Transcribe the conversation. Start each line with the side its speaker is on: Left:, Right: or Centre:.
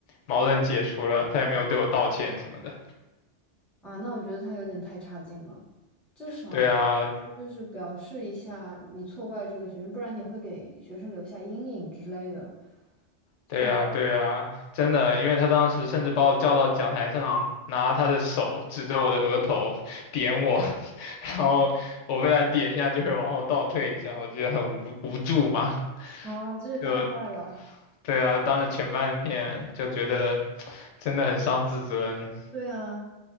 Left: 矛盾解除了，他也没有对我道歉什么的。
Centre: 啊，那我觉得他有点太差劲了，至少这就是表示一下你错怪这个学生，
Left: 对啊，
Centre: 不然你会给学生留下阴影之类的，就不好。
Left: 对呀，对呀，真的，因为他当时甚至把我叫到讲台上，拿他的手指着我的额头点我，<laughs> 然后我被他点一下就会往后倒退一下，我觉得很无无助嘛，
Centre: 啊，这也太坏了！
Left: 就对啊，当着全班的面就觉得真的很伤自尊，
Centre: 对啊，